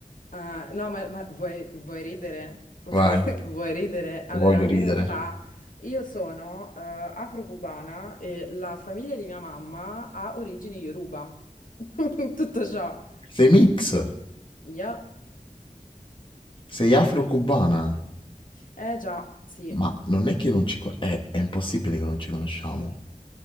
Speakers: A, on the left (about 65°); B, on the left (about 35°).
A: Ah, no, ma, ma vuoi, vuoi ridere? <laughs>
B: Vai,
A: Vuoi ridere? Allora,
B: voglio ridere.
A: in realtà io sono eh, afro-cubana e la famiglia di mia mamma ha origini Yoruba. <laughs> Tutto ciò.
B: Sei mix,
A: Yup.
B: sei afro-cubana.
A: Eh già, sì.
B: Ma non è che non ci... co- È, è impossibile che non ci conosciamo.